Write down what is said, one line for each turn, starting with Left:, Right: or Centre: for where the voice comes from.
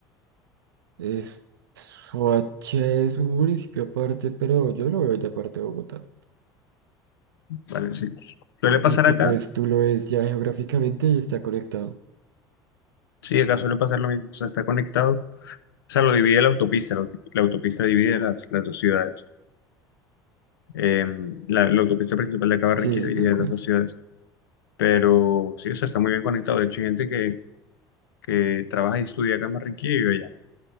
Right: es- Soacha es un municipio aparte, pero yo lo veo ya aparte de Bogotá.
Left: Vale, sí. Suele
Right: Y porque
Left: pasar acá,
Right: pues tú lo ves ya geográficamente y está conectado.
Left: sí, acá suele pasar lo mismo, o sea, está conectado, o sea, lo divide la autopista, la, auto- la autopista divide las, las dos ciudades. Eh, la, la autopista principal de acá, Barranquilla,
Right: Sí,
Left: divide
Right: tal cual.
Left: las dos ciudades, pero sí, o sea, está muy bien conectado, de hecho, hay gente que, que trabaja y estudia acá en Barranquilla y vive allá,